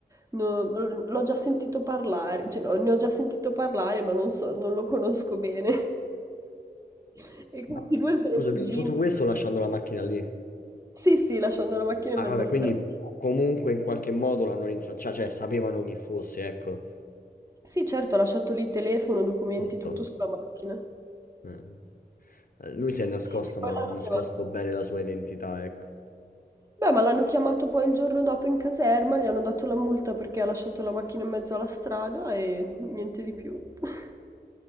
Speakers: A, on the right (about 20°); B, on the left (about 55°).
A: no, l- l'ho già sentito parlare, cioè no, ne ho già sentito parlare, ma non so, non lo conosco bene. <laughs> E
B: Ma,
A: questi due sono
B: Scusami,
A: cugini.
B: tutto questo lasciando la macchina lì.
A: Sì, sì, lasciando la macchina
B: Ah,
A: in mezza
B: vabbè,
A: strada.
B: quindi comunque in qualche modo l'hanno rintracciata, cioè cioè, sapevano chi fosse, ecco,
A: Sì, certo, ho lasciato lì telefono, documenti,
B: tutto.
A: tutto sulla macchina.
B: Eh. Lui si è nascosto,
A: E poi
B: ma non
A: l'hanno
B: ha nascosto
A: chiamato.
B: bene la sua identità, ecco.
A: Beh, ma l'hanno chiamato poi il giorno dopo in caserma, gli hanno dato la multa perché ha lasciato la macchina in mezzo alla strada e niente di più. <laughs>